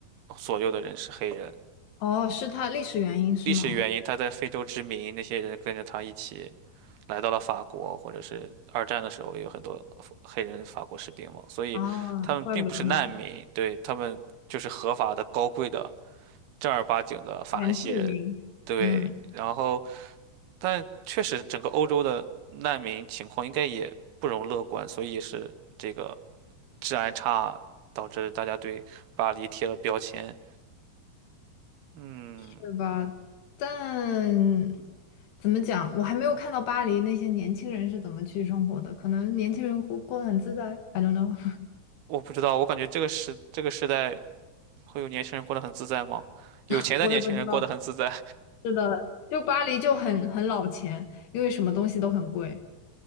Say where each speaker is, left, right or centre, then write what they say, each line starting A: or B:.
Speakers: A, on the right; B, on the left.
A: 左右的人是黑人，
B: 哦，是他历史原因是吗？
A: 历史原因他在非洲殖民，那些人跟着他一起来到了法国，或者是二战的时候也有很多黑人法国士兵嘛，所以他们并不是难民，
B: 啊，怪不得呢，
A: 对，他们就是合法的、高贵的、正儿八经的法兰西人，
B: 原住民，
A: 对，
B: 嗯，
A: 然后。但确实整个欧洲的难民情况应该也不容乐观，所以也是这个治安差导致大家对巴黎贴了标签。嗯，
B: 是吧？但怎么讲，我还没有看到巴黎那些年轻人是怎么去生活的，可能年轻人活过得很自在，I don't know，
A: 我不知道，我感觉这个时这个时代会有年轻人过得很自在吗？有钱的年轻人过得很自在。
B: <laughs> 我也不知道。是的，就巴黎就很很老钱，因为什么东西都很贵。